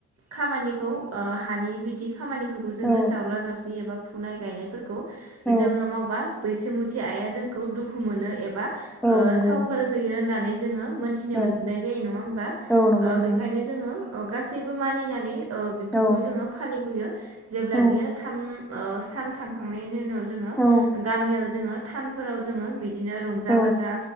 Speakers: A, on the right; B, in the centre.
A: खामानिखौ ओ हानि बिदि खामानिफोरखौ जोङो
B: औ
A: जावला जावस्रि एबा फुनाय गायनायफोरखौ
B: औ
A: जोङो मावबा बैसुमुथि आइआ जोंखौ दुखु मोनो एबा ओ
B: औ नंगौ
A: सावफोर होयो होननानै जोङो मोनथिनो
B: औ
A: मोन। नाय जायो नंआ होमबा
B: औ नंगौ
A: ओ
B: नोंथां
A: बेखायनो जोंओ गासैबो मानिनानै ओ बेफोरखौ
B: औ
A: जोङो फालिबोयो जेब्ला
B: औ
A: बियो थाम ओ सान थांखांनायनि उनाव जोङो
B: औ
A: गामियाव जोङो थानफोराव जोङो बिदिनो रंजा
B: औ
A: बाजा